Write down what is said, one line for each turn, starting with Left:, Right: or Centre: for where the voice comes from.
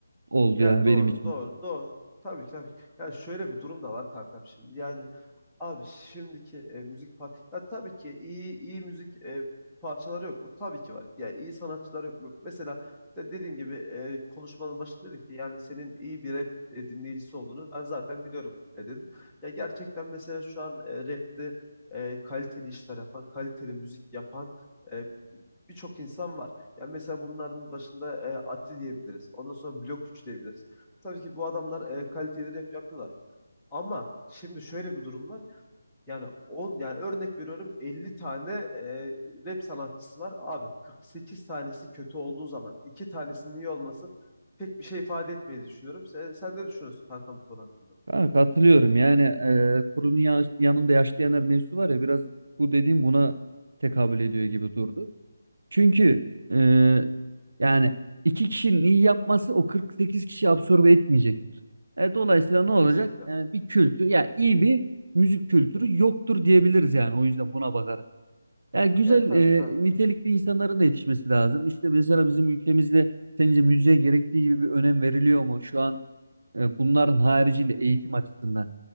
Right: oldu
Centre: Ya
Right: yani benim
Centre: doğru,
Right: için.
Centre: doğru, doğru. Tabii ki, tabii ki. Ya şöyle bir durum da var kankam şimdi. Yani Abi şimdiki e, müzik par ya tabii ki iyi iyi müzik e, parçaları yok mu? Tabii ki var. Ya iyi sanatçılar yok mu? Mesela de dediğim gibi e, konuşmanın başında dedin ki yani senin iyi bir rap e, dinleyicisi olduğunu ben zaten biliyorum e, dedin. Ya gerçekten mesela şu an e, rapte e, kaliteli işler yapan, kaliteli müzik yapan e, birçok insan var. Yani mesela bunların başında e, Atti diyebiliriz. Ondan sonra Blok 3 diyebiliriz. Tabii ki bu adamlar e, kaliteli rap yapıyorlar. Ama şimdi şöyle bir durum var. Yani 10 yani örnek veriyorum 50 tane e, rap sanatçısı var. Abi 48 tanesi kötü olduğu zaman 2 tanesinin iyi olması pek bir şey ifade etmeyi düşünüyorum. Sen, sen ne düşünüyorsun kanka bu konu hakkında?
Right: Ha, katılıyorum. Yani e, kurunun ya- yanında yaşlı yanar mevzusu var ya biraz bu dediğim buna tekabül ediyor gibi durdu. Çünkü e, yani iki kişinin iyi yapması o 48 kişi absorbe etmeyecek. E, dolayısıyla ne olacak?
Centre: Kesinlikle.
Right: E, bir kültür, ya iyi bir müzik kültürü yoktur diyebiliriz yani. O yüzden buna bakarak. Yani güzel,
Centre: Ya tabii
Right: e,
Centre: tabii.
Right: nitelikli insanların da yetişmesi lazım. İşte mesela bizim ülkemizde sence müziğe gerektiği gibi bir önem veriliyor mu? Şu an e,
Centre: Hı
Right: bunların
Centre: hı.
Right: haricinde eğitim açısından.